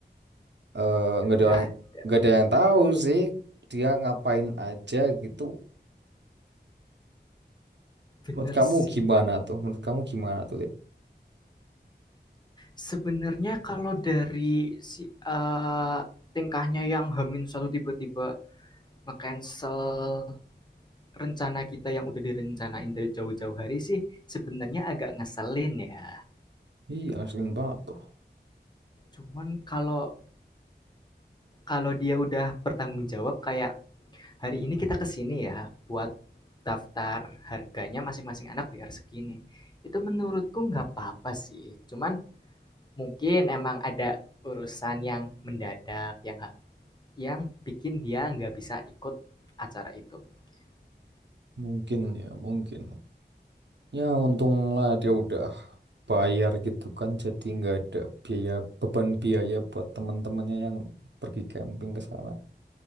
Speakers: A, on the right; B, on the left.
A: Eh, nggak ada
B: nggak
A: orang,
B: ada.
A: nggak ada yang tahu sih dia ngapain aja gitu.
B: Bener
A: Menurut kamu
B: sih.
A: gimana tuh? Menurut kamu gimana tuh, Liv?
B: Sebenarnya kalau dari si eee, tingkahnya yang h satu tiba-tiba nge-cancel rencana kita yang udah direncanain dari jauh-jauh hari sih, sebenarnya agak ngeselin ya.
A: Iya, ngeselin banget tuh.
B: Cuman kalau kalau dia udah bertanggung jawab kayak, "Hari ini kita kesini ya, buat daftar harganya masing-masing anak bayar segini." Itu menurutku nggak apa-apa sih, cuman mungkin emang ada urusan yang mendadak yang yang bikin dia nggak bisa ikut acara itu mungkin.
A: Mungkin ya, mungkin. Ya untunglah dia udah bayar gitu kan jadi nggak ada biaya beban biaya buat teman-temannya yang pergi camping ke sana.